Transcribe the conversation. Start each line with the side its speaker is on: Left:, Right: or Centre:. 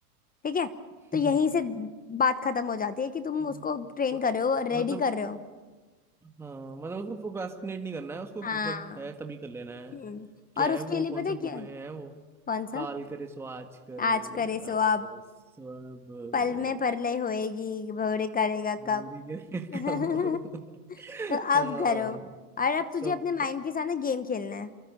Left: ठीक है
Centre: <laughs>
Left: तो
Centre: हम्म,
Left: यहीं से बात खत्म हो जाती है कि तुम
Centre: हम्म,
Left: उसको ट्रेन
Centre: ब-
Left: कर रहे हो रेडी
Centre: मतलब
Left: कर रहे हो
Centre: हाँ मतलब उसको प्रोक्रास्टिनेट नहीं करना है उसको
Left: हाँ
Centre: जब है तभी कर लेना है
Left: हम्म
Centre: क्या
Left: और उसके
Centre: है वो
Left: लिए
Centre: कौन
Left: पता
Centre: से
Left: है
Centre: दोहे
Left: क्या
Centre: हैं वो
Left: कौन सा
Centre: काल करे सो आज कर
Left: आज करे सो
Centre: आज कर
Left: अब
Centre: सो अब
Left: पल में परलय होएगी भवरे करेगा कब
Centre: बॉडी करे
Left: <laughs>
Centre: कब <laughs>
Left: तो
Centre: हाँ,
Left: अब करो और अब
Centre: सब
Left: तुझे अपने माइंड के साथ ना गेम खेलना है